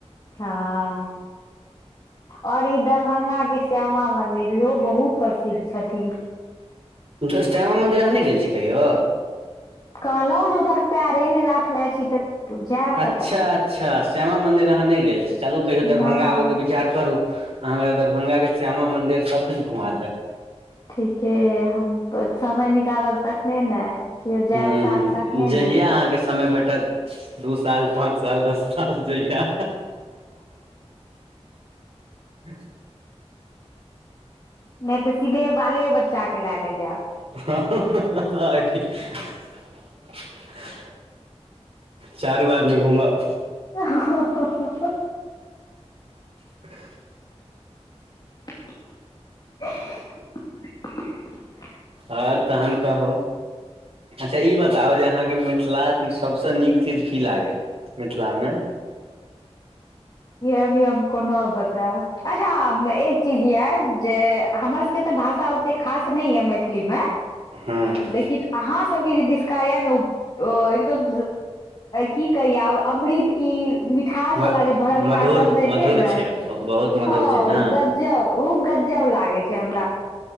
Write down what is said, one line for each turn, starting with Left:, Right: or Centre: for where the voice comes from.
Left: हँ। आओर ई दरभंगा के श्यामा मंदिर इहो बहुत प्रसिद्ध छथिन
Right: श्यामा मन्दिर अहाँ नहि गेल छियै कहियो।
Left: कहलहूँ जे उधर पैरे ने रख ले छी तऽ जायब
Right: अच्छा
Left: कतय से।
Right: अच्छा श्यामा मन्दिर अहाँ नहि गेल छी चलू कहियो दरभंगा
Left: नहि
Right: आबके विचार करू अहाँके दरभंगाके श्यामा मन्दिर सभ किछु घुमा देब।
Left: ठीके यऽ, हम समय निकालब तखने ने। केओ जायत
Right: हूँ-हूँ,
Left: साथ तखने
Right: जहिया
Left: ने
Right: अहाँके समय भेटत। दू साल, पाँच साल, दस साल जइया। <unintelligible>
Left: नहि तऽ सीधे बाल-बच्चाके लऽ कऽ जायब।
Right: आ <unintelligible> चारू आदमी घुमब
Left: ह ह <unintelligible>
Right: <unintelligible>
Left: <inaudible>
Right: आओर तहन कहु अच्छा, ई बताउ जे अहाँके मिथिलामे सभसँ नीक चीज की लागै? मिथिलामे।
Left: अभी हम नहि बता रहल छी, अच्छा, एक चीज यऽ। हमर सब के त भाषा ओते खास नय य मैथिली मे
Right: हँ
Left: लेकिन सभ दिसके ने, ओ एकदम की कहि आब, अमृत की? खासवाला
Right: म
Left: जे भरलका
Right: मधुर
Left: सभ दै
Right: मधुर
Left: छै ने,
Right: बहुत मधुर
Left: ओ
Right: छै ने
Left: गजबे छै। गजबे लागै छै हमरा